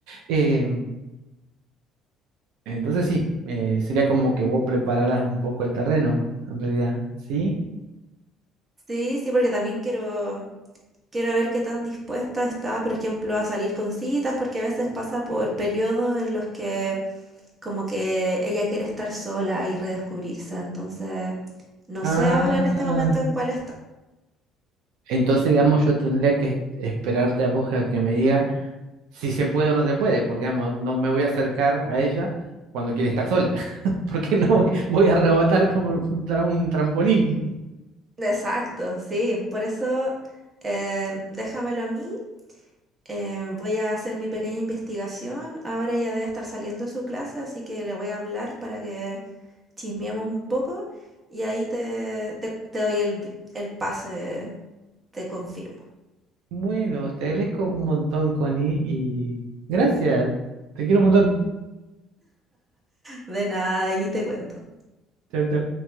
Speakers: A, on the right (about 80°); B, on the right (about 25°).
A: eh, entonces sí, eh, sería como que vos prepararas un poco el terreno, en realidad, ¿sí?
B: Sí, sí, porque también quiero. Quiero ver qué tan dispuesta está, por ejemplo, a salir con citas, porque a veces pasa por periodos en los que como que ella quiere estar sola y redescubrirse. Entonces, no
A: Ah,
B: sé ahora en este momento en cuál está.
A: entonces, digamos, yo tendría que esperarte a vos a que me diga. si se puede o no se puede, porque digamos, no me voy a acercar a ella cuando quiere estar sola, <laughs> porque no voy, voy a rebotar como contra un trampolín.
B: Exacto, sí. Por eso, eh, déjamelo a mí. eh, voy a hacer mi pequeña investigación. Ahora ya debe estar saliendo de su clase, así que le voy a hablar para que chismeemos un poco y ahí te, te, te doy el, el pase, te confirmo.
A: Bueno, te agradezco un montón, Connie, y gracias. Te quiero un montón.
B: De nada, ahí te cuento.
A: Chao, chao.